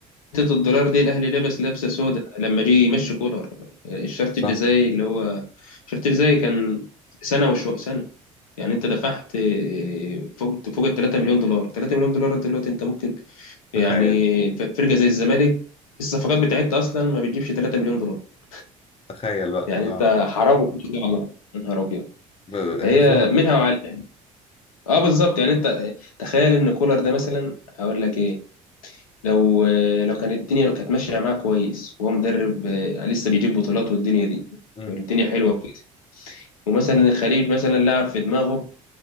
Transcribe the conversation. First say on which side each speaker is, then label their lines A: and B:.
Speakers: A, on the left; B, on the left.
A: حته الدولار دي الاهلي لابس لابسه سودا لما جه يمشي كولر الشرط
B: صح
A: الجزائي اللي هو الشرط الجزائي كان سنه وشويه سنه يعني انت دفعت فوق فوق ال 3 مليون دولار 3 مليون دولار دلوقتي انت ممكن يعني
B: تخيل
A: ف- فرقه زي الزمالك الصفقات بتاعتها اصلا ما بتجيبش 3 مليون دولار
B: تخيل بقى
A: يعني
B: اه
A: انت حرام الفلوس دي والله يا نهار ابيض
B: ب- هزار
A: هي منها وعليها اه بالظبط يعني انت تخيل ان كولر ده مثلا هقول لك ايه لو لو كانت الدنيا كانت ماشيه معاه كويس وهو مدرب آه، لسه بيجيب بطولات والدنيا دي
B: امم
A: والدنيا حلوه وكده ومثلا الخليج مثلا لعب في دماغه